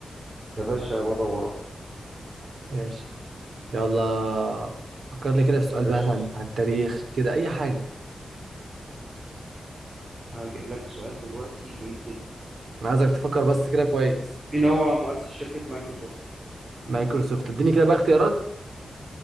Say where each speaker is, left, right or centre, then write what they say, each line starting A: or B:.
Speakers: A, on the right; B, on the right.
A: يا باشا بدور اهو
B: ماشي يلا فكر لي كده في سؤال
A: قشطة
B: بقى مثلا على التاريخ كده اي حاجه
A: هجيب لك سؤال دلوقتي جميل جدا
B: انا عايزك تفكر بس كده كويس
A: مين هو مؤسس شركة مايكروسوفت؟
B: مايكروسوفت اديني كده بقى اختيارات